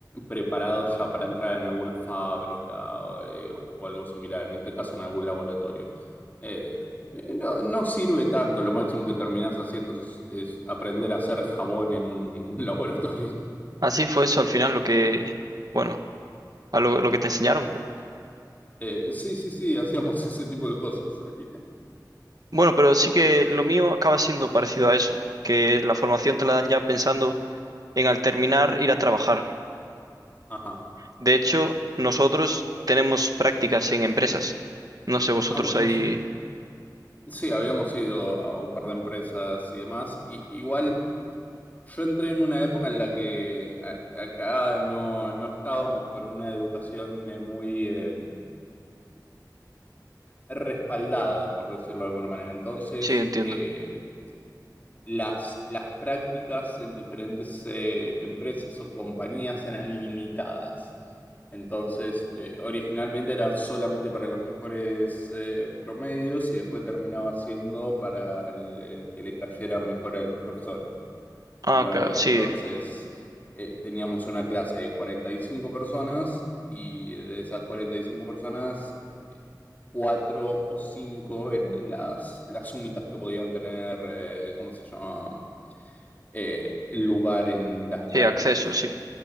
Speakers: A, on the left; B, on the right.
A: preparado ya para entrar en alguna fábrica eh, o algo similar, en este caso en algún laboratorio. Eh, eh, no, no sirve tanto, lo máximo que terminás haciendo es, es aprender a hacer jabón en un <laughs> laboratorio.
B: Así fue eso al final lo que, bueno, a lo, lo que te enseñaron.
A: Eh, sí, sí, sí, hacíamos ese tipo de cosas al final.
B: Bueno, pero sí que lo mío acaba siendo parecido a eso, que la formación te la dan ya pensando en al terminar ir a trabajar.
A: Ajá.
B: De hecho, nosotros tenemos prácticas en empresas. No sé, vosotros
A: Ah, buenísimo.
B: ahí,
A: Sí, habíamos ido a un par de empresas y demás. Y, igual yo entré en una época en la que a- acá no, no estábamos con una educación eh, muy eh, respaldada, por decirlo de alguna manera. Entonces,
B: sí, entiendo.
A: em, las, las prácticas en diferentes eh, empresas o compañías eran limitadas. Entonces, eh, originalmente era solamente para los mejores eh, promedios y después terminaba siendo para el, el que le cayera mejor a los profesores
B: Ah,
A: y bla,
B: claro,
A: bla, bla.
B: sí,
A: Entonces, eh, teníamos una clase de 45 personas y de esas 45 personas, cuatro o cinco eran las, las únicas que podían tener, eh, ¿cómo se llama? eh, lugar en las prácticas.
B: sí, acceso, sí.